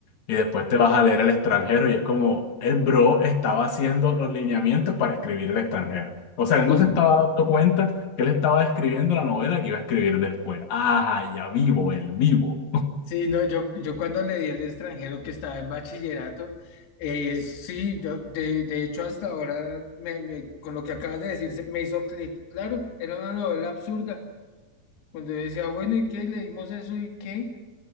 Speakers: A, on the left; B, on the left.
A: y después te vas a leer El extranjero y es como el bro estaba haciendo los lineamientos para escribir El extranjero. O sea,
B: Sí,
A: él no se estaba dando cuenta que él estaba escribiendo la novela que iba a escribir después. Ajá, ya vivo, el vivo.
B: sí, no, yo, yo cuando le di al extranjero que estaba en bachillerato, eh, sí, yo- de, de hecho hasta ahora, me- me- con lo que acabas de decir, se me hizo clic. Claro, era una novela absurda, cuando yo decía, bueno, ¿y qué? Leímos eso y qué.